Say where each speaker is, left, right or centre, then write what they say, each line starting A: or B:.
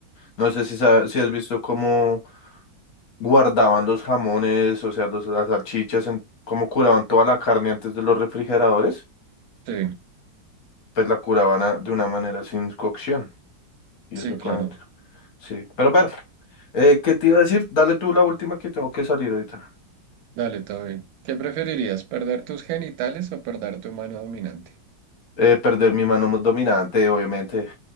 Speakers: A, on the left; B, on the right.
A: No sé si, sa- si has visto cómo guardaban los jamones, o sea, los, las salchichas, en, como curaban toda la carne antes de los refrigeradores,
B: Sí,
A: pues la curaban a- de una manera sin cocción. Y
B: sí,
A: eso
B: claro.
A: con el- Sí, pero bueno, eh, ¿qué te iba a decir? Dale tú la última que tengo que salir ahorita.
B: Dale, todo bien. ¿Qué preferirías, perder tus genitales o perder tu mano dominante?
A: Eh, perder mi mano más dominante, obviamente.